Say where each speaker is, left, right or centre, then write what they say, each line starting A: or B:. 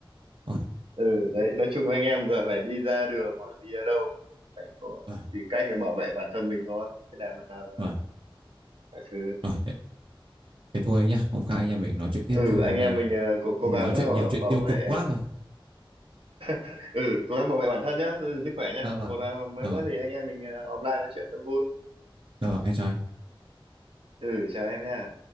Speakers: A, on the right; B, on the right.
A: Ôi,
B: ừ đấy nói chung anh em giờ phải đi ra đường hoặc đi ở đâu cũng phải có
A: vâng,
B: tìm cách để bảo vệ bản thân mình thôi thế làm nào là
A: vâng.
B: mọi thứ
A: Rồi, thế, thế thôi anh nhá. Hôm khác anh em mình nói chuyện tiếp
B: ừ
A: chứ hôm
B: anh
A: nay
B: em mình ờ, cố cố
A: nói
B: gắng
A: chuyện
B: ờ,
A: nhiều
B: bảo,
A: chuyện
B: bảo
A: tiêu cực
B: vệ
A: quá rồi.
B: <laughs> ừ cố gắng bảo vệ bản thân nhá giữ gìn sức khỏe nhá
A: Dạ vâng.
B: một là mới
A: Dạ
B: nữa
A: vâng,
B: thì anh em mình ờ, offline nói chuyện cho vui
A: dạ vâng, em chào anh.
B: ừ chào em nha